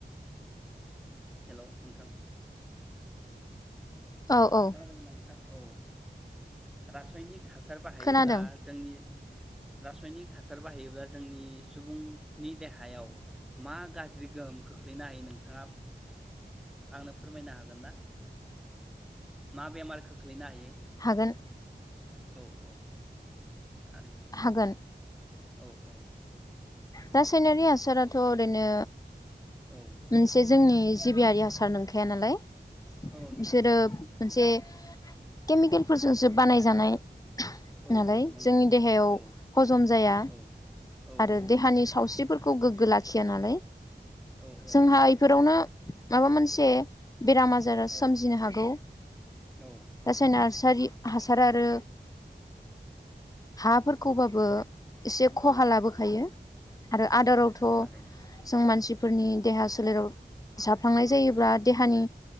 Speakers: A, in the centre; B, on the left (about 20°).
A: हेलौ नोंथां
B: औ औ
A: खोनादों नोंथां औ रासनिक हास हासार बाहायोब्ला
B: खोनादों
A: जोंनि रासायनिक हासार बाहायोब्ला जोंनि सुबुंनि देहायाव मा गाज्रि गोहोम खोख्लैनो हायो नोंथाङा आंनो फोरमायनो हागोन ना मा बेमार खोख्लैना हायो
B: हागोन
A: औ औ थारैनो
B: हागोन
A: औ औ
B: रासायनारि हासाराथ' ओरैनो
A: औ
B: मोनसे जोंनि जिबियारि हासार नंखाया नालाय
A: औ नंगौ
B: बिसोरो मोनसे केमिकेलफोरजोंसो बानायजानाय
A: औ
B: नालाय
A: औ नंगौ
B: जोंनि देहायाव
A: औ
B: हजम जाया
A: औ औ
B: आरो
A: नंगौ
B: सावस्रिफोरखौ गोग्गो लाखिया नालाय
A: औ औ
B: जोंहा इफोरावनो माबा मोनसे बेराम आजारा
A: औ
B: सोमजिनो हागौ
A: औ
B: रासायनारि हासार आरो हाफोरखौबाबो
A: नंगौ नंगौ
B: एसे खहा
A: औ
B: लाबोखायो आरो
A: औ
B: आदारावथ'
A: थारैनो
B: जों मान नसिफोरनि देहा सोलेराव जा फ्लांनाय जायोब्ला
A: उम
B: देहानि